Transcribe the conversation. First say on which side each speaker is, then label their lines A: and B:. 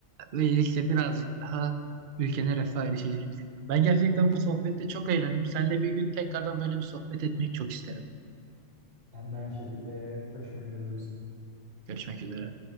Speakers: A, on the right; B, on the right.
A: Böylelikle birazcık daha ülkenin refaha erişeceğini düşünüyorum. Ben gerçekten bu sohbette çok eğlendim. Seninle bir gün tekrardan böyle bir sohbet etmek çok isterim.
B: Ben de aynı şekilde görüşmek üzere Hulusi.
A: Görüşmek üzere.